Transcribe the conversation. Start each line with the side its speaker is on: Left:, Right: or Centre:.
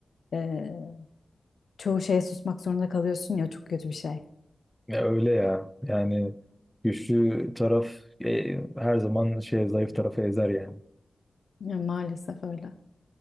Left: e, çoğu şeye susmak zorunda kalıyorsun ya çok kötü bir şey.
Centre: Ya öyle ya. Yani güçlü taraf e, her zaman şey zayıf tarafı ezer yani.
Left: Ya, maalesef öyle.